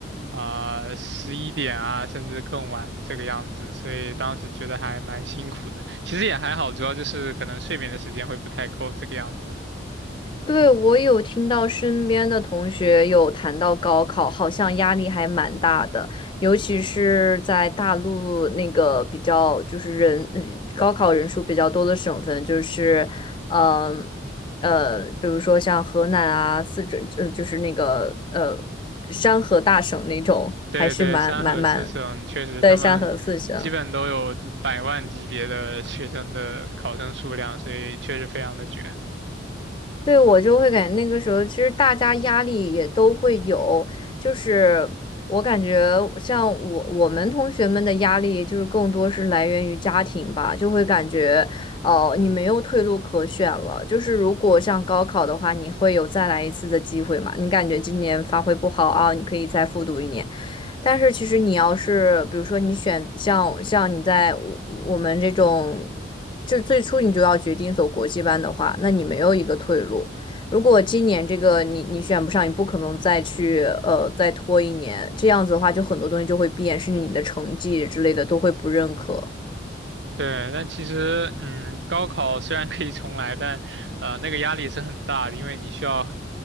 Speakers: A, on the right; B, on the left.
A: 啊十一点啊，甚至更晚这个样子，所以当时觉得还蛮辛苦的。其实也还好，主要就是可能睡眠的时间会不太够这个样子。
B: 对，我有听到身边的同学有谈到高考，好像压力还蛮大的，尤其是在大陆那个比较就是人嗯高考人数比较多的省份，就是嗯呃，比如说像河南啊、四川，呃，就是那个呃山河大省那种，还是蛮蛮蛮
A: 对对，三河四省确实他们基本都有百万级别的学生的考生数量，
B: 对山河四省。
A: 所以确实非常的卷。
B: 对，我就会感觉那个时候，其实大家压力也都会有，就是我感觉像我我们同学们的压力，就是更多是来源于家庭吧，就会感觉，哦、你没有退路可选了。就是如果像高考的话，你会有再来一次的机会嘛？你感觉今年发挥不好啊，你可以再复读一年。但是其实你要是，比如说你选像像你在我我们这种，就最初你就要决定走国际班的话，那你没有一个退路。如果今年这个你你选不上，你不可能再去呃再拖一年，这样子的话，就很多东西就会变，甚至你的成绩之类的都会不认可。
A: 对，但其实，嗯，高考虽然可以重来，但，呃，那个压力是很大的，因为你需要